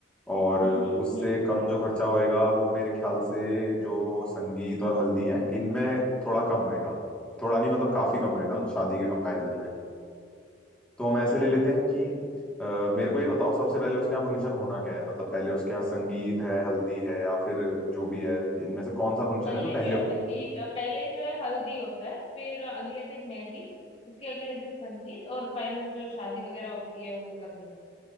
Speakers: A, in the centre; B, on the left.
A: और
B: हम्म हम्म
A: उससे
B: हम्म हम्म
A: कम जो खर्चा होएगा वो मेरे ख्याल से जो संगीत और हल्दी है इनमें थोड़ा कम होएगा थोड़ा नहीं मतलब काफी कम होएगा
B: हम्म
A: शादी के कंपैरिजन में तो हम ऐसे
B: हम्म
A: ले
B: हम्म।
A: लेते हैं कि अ, मेरे को ये बताओ सबसे पहले उसके यहाँ फंक्शन होना क्या है मतलब पहले उसके यहाँ संगीत है हल्दी है या फिर जो भी है इनमें से कौन सा फंक्शन
B: पहले
A: है जो पहले
B: जो है
A: हो-
B: संगीत अ, पहले जो है हल्दी होता है फिर अगले दिन मेहंदी उसके अगले दिन संगीत और फाइनल जो शादी वगैरह होती है वो करनी है